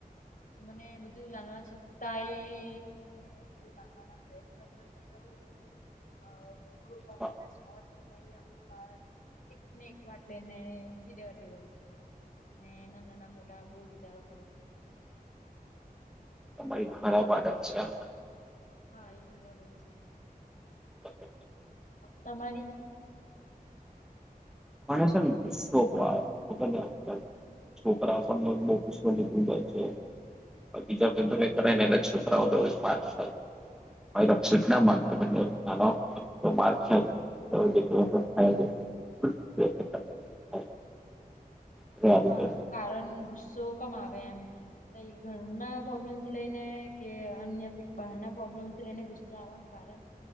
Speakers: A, on the left; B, in the centre.
A: મને બધું જાણવા છતાંય બધું જાણવાના પ્રયત્ન કરતી રહું છું અ પૂરો કોન્ફિડન્સ
B: હા,
A: હોવા છતાંય અમુક વાર એક ને એક વાટ લઈને એનથી ડરી રહું છું ને નાના નાના મોટા બહુ વિચારો કરું
B: તમારી ખરાબ આદત છે આ
A: હા એ ખરાબ છે
B: <inaudible>
A: તમારી
B: મને છે ને ગુસ્સો બઉ આવે ખબરને તને છોકરાઓ પણ બહુ ગુસ્સો નીકલી જાય છે બીજા કો કરાય ને ઇલેક્શન મા <unintelligible> <unintelligible> <inaudible> અરે
A: તો
B: આવી
A: મારવાનું
B: જાય
A: કારણ, ગુસ્સો કમ આવે એમ? કઈ ઘરના પ્રોબ્લેમ થી લઈને, કે અન્ય કોઈક બહાર ના. પ્રોબ્લેમ થી લઈને ગુસ્સો આવવાનું કારણ